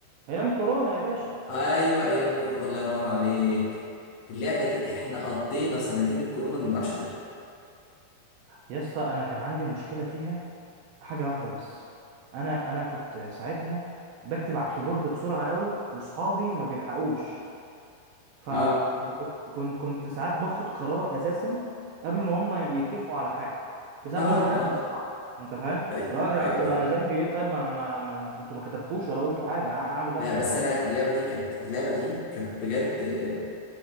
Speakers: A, on the right; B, on the left.
A: ايام كورونا يا باشا
B: ايوه ايام كورونا الله ينور عليك اللعبه دي احنا قضينا سنتين الكورونا ما بنلعبش غيرها
A: يا اسطى انا كان عندي مشكله فيها حاجه واحده بس انا انا كنت ساعتها بكتب على الكيبورد بسرعه قوي واصحابي ما بيلحقوش فكنت
B: اه
A: كنت ساعات باخد قرار اساسا قبل ما هم يتفقوا على حاجه بسبب
B: <laughs> اه
A: ان انا
B: اه
A: كتبت بسرعه انت فاهم
B: ايوه
A: لا يا جدعان
B: ايوه
A: طب
B: فاهم
A: انا ذنبي ايه طيب ما انا ما, ما, ما انتوا ما كتبتوش ولا قلتوا حاجه اعمل انا
B: لا
A: ايه
B: بس
A: طيب
B: انا اللعبه دي كانت اللعبه دي كانت بجد آه،